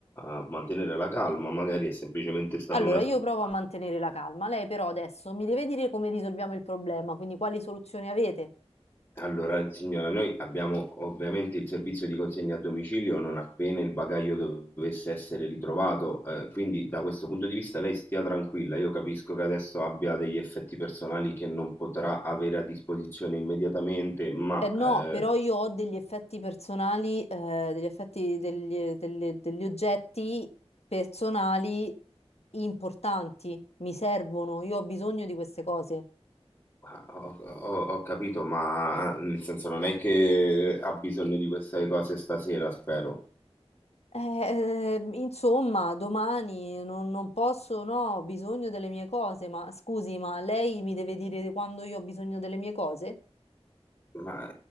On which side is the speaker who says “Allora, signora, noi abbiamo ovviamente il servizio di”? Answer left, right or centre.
Left